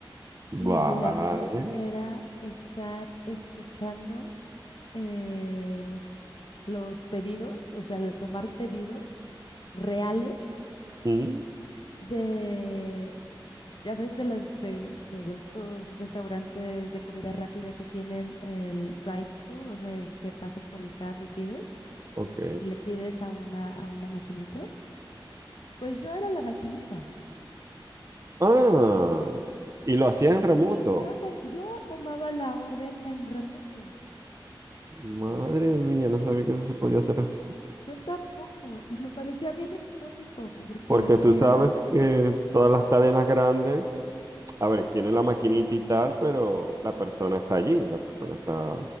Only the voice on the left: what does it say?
y
mi labor era estar escuchando eh, los pedidos, o sea, le- tomar pedidos reales
de, ya ves, de las, de, de los dos restaurantes de comida rápida que tienen el drive-thru, o sea, el que pasas por el carro y pides,
y le pides a una, a una maquinita. Pues
yo era la maquinita.
Y yo, to- yo tomaba la orden en remoto.
Yo tampoco. Y me parecía bien exótico porque
estaba...
Sí,